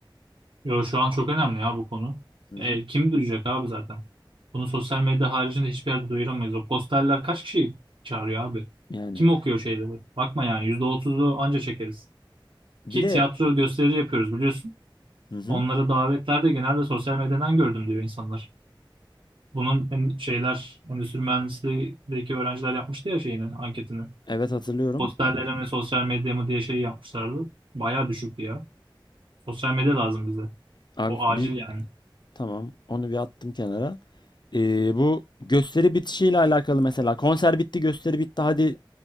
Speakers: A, on the right (about 75°); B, on the left (about 55°).
A: Yo şu an çok önemli ya bu konu.
B: Hı hı.
A: E, kim duyacak abi zaten? Bunu sosyal medya haricinde hiçbir yerde duyuramayız. O posterler kaç kişi çağırıyor abi?
B: Yani
A: Kim okuyor şeyleri? Bakma yani yüzde otuz'u anca çekeriz.
B: bir
A: Ki
B: de
A: tiyatro gösteri yapıyoruz biliyorsun.
B: hı hı.
A: Onları davetlerde genelde sosyal medyadan gördüm diyor insanlar. Bunun en- şeyler endüstri mühendisliğindeki öğrenciler yapmıştı ya şeyini anketini.
B: Evet hatırlıyorum.
A: Posterlere mi sosyal medya mı diye şey yapmışlardı. Bayağı düşüktü ya. Sosyal medya lazım bize.
B: Abi
A: O acil
B: bir
A: yani.
B: tamam onu bir attım kenara. Ee, bu gösteri bitişiyle alakalı mesela konser bitti gösteri bitti hadi